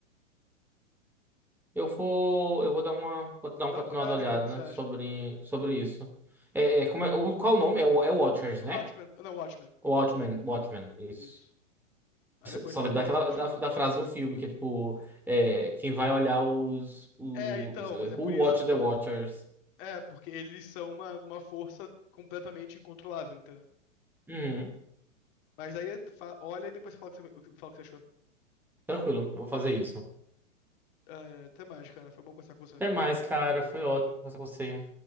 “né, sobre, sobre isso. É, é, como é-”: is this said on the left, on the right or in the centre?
Centre